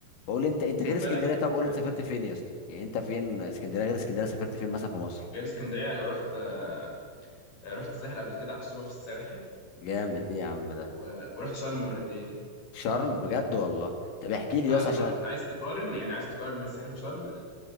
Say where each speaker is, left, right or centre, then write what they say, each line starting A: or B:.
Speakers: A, on the left (about 85°); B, on the left (about 50°).
A: بقول انت انت
B: خد
A: غير اسكندريه
B: بالك
A: طب قول لي
B: آه،
A: سافرت فين يا اسطى يعني انت فين اسكندريه غير اسكندريه سافرت فين مثلا في مصر
B: غير اسكندرية رحت آه، رحت الساحل قبل كده قعدت اسبوع في الساحل
A: جامد ايه يا عم ده
B: و... ورحت شرم مرتين
A: شرم بجد والله طب احكي
B: بس
A: لي
B: عايز
A: يا اسطى عشان
B: بط... عايز تقارن يعني عايز تقارن بين الساحل وشرم